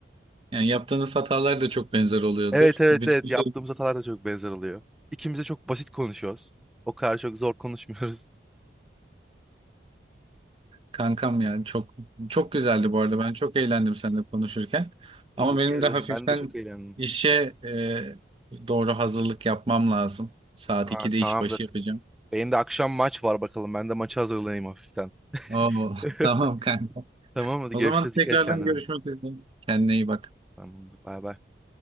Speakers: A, on the right; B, in the centre.
A: Yani yaptığınız hatalar da çok benzer oluyordur.
B: Evet evet
A: Bütün
B: evet yaptığımız hatalar da çok benzer oluyor. İkimiz de çok basit konuşuyoruz. O kadar çok zor konuşmuyoruz.
A: Kankam ya çok çok güzeldi bu arada. Ben çok eğlendim seninle konuşurken.
B: <laughs>
A: Ama
B: Teşekkür
A: benim
B: ederim.
A: de hafiften
B: Ben de çok eğlendim.
A: işe e, doğru hazırlık yapmam lazım. Saat
B: Ha,
A: 2'de
B: tamamdır.
A: işbaşı yapacağım.
B: Benim de akşam maç var bakalım. Ben de maçı hazırlayayım hafiften.
A: Oo,
B: <laughs>
A: <laughs> tamam kanka.
B: Tamam hadi
A: O
B: görüşürüz.
A: zaman tekrardan
B: Dikkat et kendine.
A: görüşmek üzere. Kendine iyi bak.
B: Tamamdır. Bay bay.